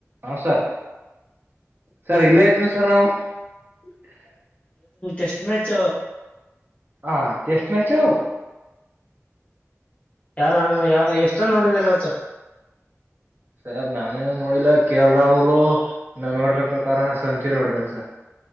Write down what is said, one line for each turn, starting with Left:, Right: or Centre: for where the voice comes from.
Right: ಹಾ sir sir ಇಲ್ಲೇ ಇದ್ವಿ ಸರ್ ನಾವು <unintelligible>
Left: ೆಸ್ಟ್ ಮ್ಯಾಚ್
Right: ಹ ಟೆಸ್ಟ್ ಮ್ಯಾಚ್ ಹ
Left: ಯಾರ ಎಷ್ಟ ನೋಡಿದಾರ ಇವತ್ತು
Right: ಸರ್ ನಾನೇನು ನೋಡಿಲ್ಲ ಕೇರಳ ಅವುರು ನನ್ ನೋಡ್ರ ಪ್ರಕಾರ ಸಂಚುರಿ ಹೊಡದೇ್ರ ಸರ್